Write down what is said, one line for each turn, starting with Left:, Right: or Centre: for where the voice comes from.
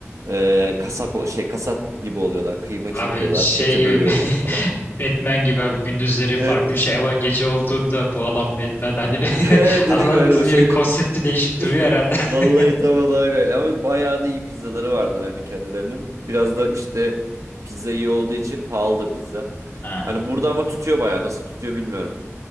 Right: Ee, kasap o- şey kasap gibi oluyorlar. Kıyma
Left: Abi
Right: çekiyorlar,
Left: şey
Right: eti
Left: gibi
Right: bölüyorlar falan.
Left: <laughs> Batman gibi abi gündüzleri
Right: Evet.
Left: farklı
Right: <laughs>
Left: bir şey ama gece olduğunda bu adam Batman hani
Right: Evet
Left: <laughs>
Right: dedin
Left: anladığı
Right: ki öyle bir
Left: yeri
Right: şeydi.
Left: konsepti değişip
Right: <laughs>
Left: duruyor herhalde.
Right: Vallahi
Left: <laughs>
Right: tam olarak öyle ama bayağı da iyi pizzaları vardır hani kendilerinin. Biraz
Left: Hı
Right: da
Left: hı.
Right: işte pizza iyi olduğu için pahalı da pizza.
Left: Ha.
Right: Hani burada ama tutuyor bayağı. Nasıl tutuyor bilmiyorum.